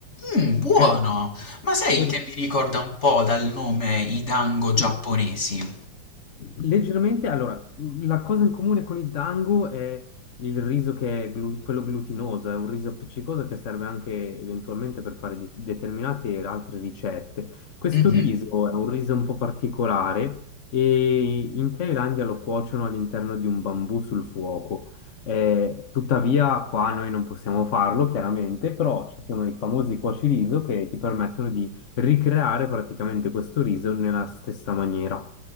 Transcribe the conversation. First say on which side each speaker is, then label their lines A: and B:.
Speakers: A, on the left (about 35°); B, on the left (about 55°).
A: Mmm, buono!
B: Per-
A: Ma sai
B: per-
A: che mi ricorda un po' dal nome i dango giapponesi?
B: Mm. Leggermente, allora, la cosa in comune con il dango è il riso che è glu- quello glutinoso, è un riso appiccicoso che serve anche eventualmente per fare di- determinate altre ricette. Questo
A: Mhm.
B: riso è un riso un po' particolare e in Thailandia lo cuociono all'interno di un bambù sul fuoco. Eh, tuttavia, qua noi non possiamo farlo, chiaramente, però ci sono i famosi cuociriso che ti permettono di ricreare praticamente questo riso nella stessa maniera.